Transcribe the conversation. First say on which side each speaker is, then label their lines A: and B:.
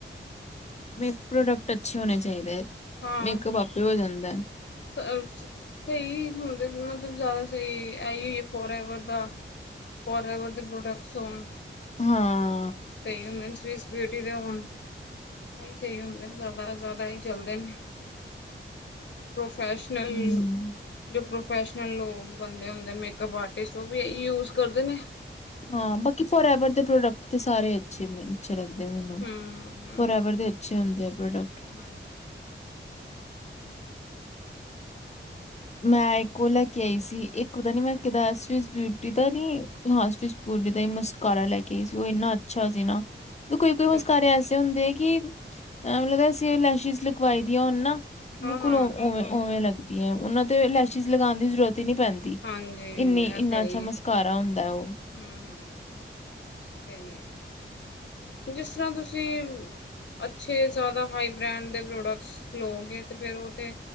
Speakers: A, on the left (about 35°); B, on the left (about 60°).
A: ਮੇ ਪ੍ਰੋਡਕਟ ਅੱਛੇ ਹੋਨੇ ਚਾਹੀਦੇ
B: ਹਾਂ,
A: ਮੇਕਅਪ
B: <unintelligible>
A: ਆਪੇ ਹੋ ਜਾਂਦਾ ਹੈ।
B: ਸਹੀ ਹੁੰਦੇ ਮਤਲਬ ਜ਼ਿਆਦਾ ਬਈ ਐ ਹੀ ਓ ਏ ਫੋਰਐਵਰ ਦਾ ਫੋਰਐਵਰ ਦੇ ਪ੍ਰੋਡਕਟਸ ਹੋਨ
A: ਹਾਂ।
B: ਸਹੀ ਹੁੰਦੇ ਸਵਿੱਸ ਬਿਊਟੀ ਦੇ ਹੋਨ, ਏਹੀ ਸਹੀ ਹੁੰਦੇਨ ਜ਼ਿਆਦਾ, ਜ਼ਿਆਦਾ ਏਹੀ ਚਲਦੇ ਨੇ। ਫੈਸ਼ਨਲ,
A: ਹਮ
B: ਜੋ ਪ੍ਰੋ ਪ੍ਰੋਫੈਸ਼ਨਲ ਉਹ ਬੰਦੇ ਹੁੰਦੇਨ ਮੇਕਅਪ ਆਰਟਿਸਟ, ਉਹ ਵੀ ਏਹੀ ਯੂਜ ਕਰਦੇ ਨੇ
A: ਹਾਂ, ਬਾਕੀ ਫੋਰਐਵਰ ਦੇ ਪ੍ਰੋਡਕਟ ਤੇ ਸਾਰੇ ਅੱਛੇ ਮਿਲ ਚ ਅੱਛੇ ਲੱਗਦੇ ਮੈਨੂੰ,
B: ਹਮ ਹਮ
A: ਫੋਰਐਵਰ ਦੇ ਅੱਛੇ ਹੁੰਦੇ ਆ ਪ੍ਰੋਡਕਟ।
B: ਹਾਂਜੀ
A: ਮੈਂ ਇੱਕ ਉਹ ਲੈ ਕੇ ਆਈ ਸੀ, ਇੱਕ ਪਤਾ ਨੀ ਮੈਂ ਕਿਦਾ ਸਵਿਸ ਬਿਊਟੀ ਦਾ ਨੀ, ਹਾਂ ਸਵਿਸ ਬਿਊਟੀ ਦਾ ਹੀ, ਮਸਕਾਰਾ ਲੈ ਕੇ ਆਈ ਸੀ, ਉਹ ਇੰਨਾ ਅੱਛਾ ਸੀ ਨਾ ਕੋਈ
B: ਅੱਛਾ
A: ਕੋਈ ਮਸਕਾਰੇ ਐਸੇ ਹੁੰਦੇ ਐ ਕਿ <unintelligible> ਮਤਲਬ ਅਸੀਂ ਲੈਸ਼ਿਜ਼ ਲਗਵਾਈ ਦੀਆਂ ਹੋਨ ਨਾ
B: ਹਾਂ
A: ਬਿਲਕੁਲ
B: ਹਾਂ
A: ਉ, ਉਵੇਂ-ਉਵੇਂ ਲੱਗਦੀ ਐ ਉਹ ਨਾ ਤੇ ਲੈਸ਼ੀਜ ਆਣ ਦੀ ਜ਼ਰੂਰਤ ਨੀ ਪੈਂਦੀ
B: ਹਾਂਜੀ
A: ਇੰਨੀ
B: ਇਹ
A: ਇੰਨਾ
B: ਤਾਂ ਹੈ
A: ਅੱਛਾ
B: ਹੀ
A: ਮਸਕਾਰਾ
B: ਹੈ
A: ਹੁੰਦਾ ਉਹ
B: ਹਮ ਹਮ ਉਹ ਤਾਂਹੀ ਹੈ ਜਿਸ ਤਰ੍ਹਾਂ ਤੁਸੀਂ ਅੱਛੇ ਜ਼ਿਆਦਾ ਹਾਈ ਬ੍ਰੈਂਡ ਦੇ ਪ੍ਰੋਡਕਟਸ ਲਓਗੇ ਤੇ ਫਿਰ ਉਹ ਤੇ